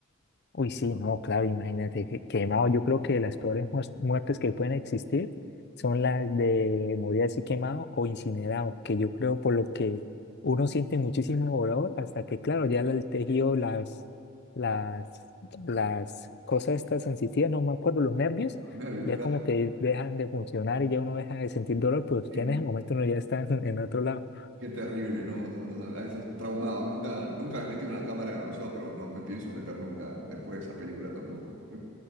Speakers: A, on the left (about 55°); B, on the right (about 65°).
A: uy, sí, no, claro, imagínate, que- quemado. Yo creo que las peores mues- muertes que pueden existir son las de morir así quemado o incinerado, que yo creo por lo que uno siente muchísimo dolor hasta que, claro, ya el tejido, las, las, las cosas estas sensitivas, no me acuerdo, los nervios,
B: los nervios,
A: ya
B: claro.
A: como que dejan de funcionar y ya uno deja de sentir dolor, pero
B: Sí,
A: ya en ese momento uno ya está en en otro lado.
B: Qué terrible, no, no, no, no, a veces traumado, nunca, nunca me metí en una cámara de bronceado, pero no me pienso meter nunca después de esa película tampoco. <laughs>